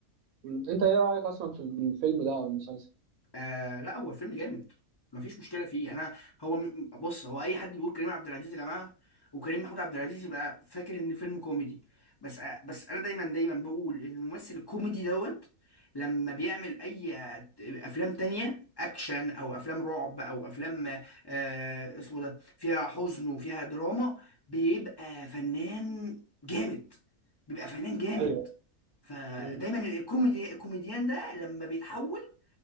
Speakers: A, on the right (about 75°); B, on the left (about 40°).
A: مم. انت ايه رأيك اصلا في الفيلم ده او المسلسل
B: آه لا هو الفيلم جامد مفيش مشكله فيه يعني انا هو م- بص هو اي حد بيقول كريم عبد العزيز يا جماعه وكريم محمود عبد العزيز يبقى فاكر ان فيلم كوميدي بس آه بس انا دايما دايما بقول الممثل الكوميدي دوت لما بيعمل اي افلام تانية اكشن او افلام رعب او افلام آه اسمه ده فيها حزن وفيها دراما بيبقى فنان جامد بيبقى فنان جامد
A: ايوه
B: فدايما
A: مم،
B: الكوميدي الكوميديان ده لما بيتحول